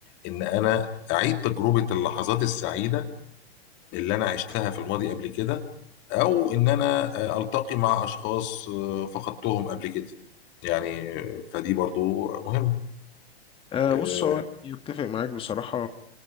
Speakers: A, on the left; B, on the left.
A: ان انا اعيد تجربه اللحظات السعيده اللي انا عشتها في الماضي قبل كده او ان انا آه، التقي مع اشخاص آه، فقدتهم قبل كده يعني آه، فدي برضه مهم
B: آه
A: آه،
B: بص هو أنا أتفق معاك بصراحة